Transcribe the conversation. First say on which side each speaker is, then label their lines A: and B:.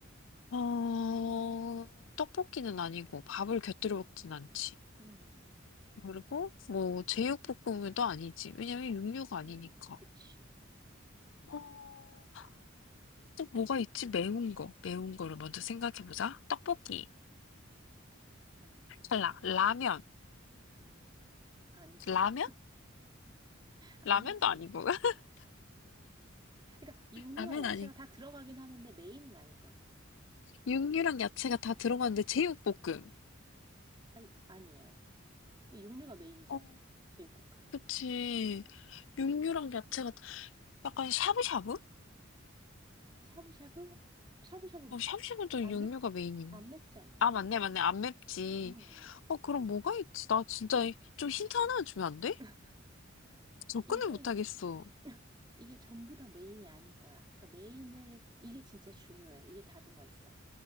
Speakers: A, on the left (about 65°); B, on the right (about 20°).
A: 어, 떡볶이는 아니고 밥을 곁들여 먹진 않지.
B: 음, 음,
A: 그리고 뭐 제육볶음도 아니지. 왜냐면 육류가 아니니까.
B: 음, 그치.
A: 어, 또 뭐가 있지? 매운 거. 매운 거를 먼저 생각해보자.
B: 음.
A: 떡볶이.
B: 아니지.
A: 라, 라면.
B: 아니지.
A: 라면?
B: 아니지.
A: 라면도 아니고. <laughs>
B: 그러니까 육류와
A: 라면
B: 야채가
A: 아니고.
B: 다 들어가긴 하는데 메인은 아닌 거예요.
A: 육류랑 야채가 다 들어가는데 제육볶음.
B: 아니, 아니에요. 육류가 메인이잖아.
A: 어,
B: 제육볶음은.
A: 그치. 육류랑 야채가 약간 샤브샤브?
B: 샤브샤브? 샤브샤브
A: 어, 샤브샤브는
B: 안
A: 육류가
B: 맵,
A: 메인인.
B: 안 맵지 않나요?
A: 아, 맞네, 맞네. 안 맵지.
B: 어, 음.
A: 어, 그럼 뭐가 있지? 나 진짜 좀 힌트 하나 주면 안 돼?
B: <laughs>
A: 접근을
B: 이게
A: 못 하겠어.
B: <laughs> 이게 전부 다 메인이 아닌 거야. 그러니까 메인을 이게 진짜 중요해. 이게 다 들어가 있어.